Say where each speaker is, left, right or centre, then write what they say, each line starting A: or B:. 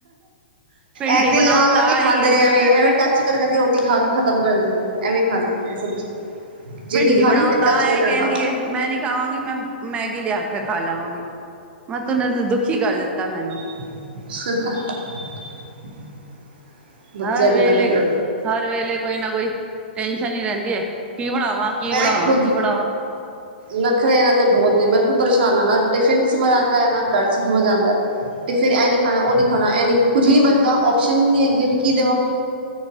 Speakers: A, on the right; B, on the right.
A: ਭਿੰਡੀ
B: ਐ ਤੇ
A: ਬਣਾਓ
B: ਲਾ ਲਾ
A: ਤਾਂ
B: ਕੇ
A: ਆਈ
B: ਖਾਂਦੇ
A: ਏ
B: ਨੇ ਐਵੇਂ ਐਵੇਂ ਟੱਚ ਕਰ ਕਰਕੇ ਰੋਟੀ ਖਾ ਕੇ ਖਤਮ ਕਰ ਦਿੰਦੇ ਨੇ ਐਵੇਂ ਖਾਂਦੇ ਨੇ ਇਹ ਸਬਜ਼ੀ, ਜਿੰਨੀ
A: ਭਿੰਡੀ
B: ਖਾਣੀ
A: ਬਣਾਓ
B: ਤੇ
A: ਤਾਂ
B: ਟੱਚ ਕਰਕੇ
A: ਐ ਕਹਿੰਦੀ
B: ਖਾਓ
A: ਏ ਮੈਂ ਨੀ ਖਾਵਾਂਗੀ ਮੈਂ ਮੈਗੀ ਲਿਆ ਕੇ ਖਾ ਲਾਵਾਂਗੀ। ਮੱਤ ਨੇ ਦੁਖੀ ਕਰ ਦਿੱਤਾ ਮੈਨੂੰ
B: <unintelligible> ਬੱਚਿਆਂ
A: ਹਰ
B: ਦੇ
A: ਵੇਲੇ
B: ਨਖਰੇ
A: ਹਰ ਵੇਲੇ ਕੋਈ ਨਾ ਕੋਈ ਟੈਨਸ਼ਨ ਨੀ ਰਹਿੰਦੀ ਹੈ ਕੀ ਬਣਾਵਾਂ। ਕੀ
B: ਮੈਂ
A: ਬਣਾਵਾਂ
B: ਖੁਦ
A: ਕੀ <inaudible>
B: ਨਖਰੇ ਇਹਨਾਂ ਦੇ ਬਹੁਤ ਨੇ ਮੈਂ ਖੁਦ ਪਰੇਸ਼ਾਨ ਟਿਫਿਨ ਸਮਝਦਾ ਆਂਦਾ ਨਾ ਘਰ ਸਮਝਉਂਦਾ ਆਂਦਾ ਤੇ ਫਿਰ ਇਹ ਨੀ ਖਾਣਾ ਉਹ ਨੀ ਖਾਣਾ ਇਹ ਨੀ ਕੁੱਝ ਵੀ ਨਹੀਂ ਬਚਦਾ ਆਪਓਸ਼ਨ ਹੀ ਨੀ ਹੈਗੇ ਕੀ ਦੇਵਾਂ